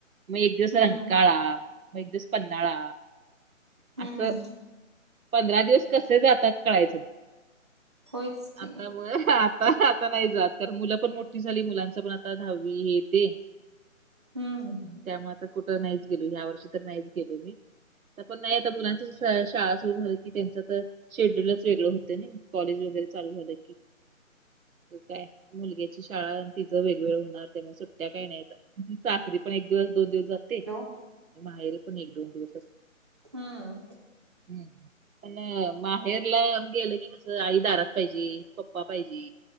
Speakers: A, on the right; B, on the right.
A: मग एक दिवस
B: हम्म
A: रंकाळा मग एक दिवस पन्हाळा
B: हम्म
A: असं पंधरा दिवस कसे जातात कळायचं नाही.
B: होयच की
A: आता मग आता, आता नाही जात कारण मुलं पण मोठी झाली मुलांच पण आता दहावी हे ते.
B: हम्म.
A: त्यामुळे आता कुठं नाहीच गेलो ह्या वर्षी तर नाहीच गेलो मी. आता पण नाही आता मुलांच शाळा सुरू झाली की त्यांच तर शेड्यूलच वेगळं होत नाही कॉलेज वगैरे चालू झालं की. तर काय मुलग्याची शाळा तिचं वेगवेगळं होणार ते मग सुट्ट्या काय नाहीे आता. सासरी पण एक दिवस, दोन दिवस जाते
B: हॅलो
A: माहेरीे पण एक दोन दिवस अस.
B: हम्म
A: हम्म, पण माहेरला गेलं की कसं आई दारात पाहिजे, पप्पा पाहिजे,